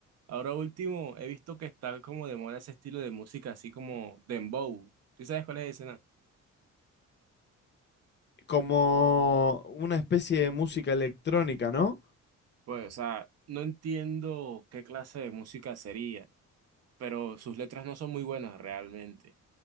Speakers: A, on the right (about 55°); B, on the left (about 35°).
A: ahora último he visto que está como de moda ese estilo de música, así como dembow. ¿Sí sabes cuál es ese, no?
B: Como una especie de música electrónica, ¿no?
A: Pues, o sea, no entiendo qué clase de música sería, pero sus letras no son muy buenas realmente.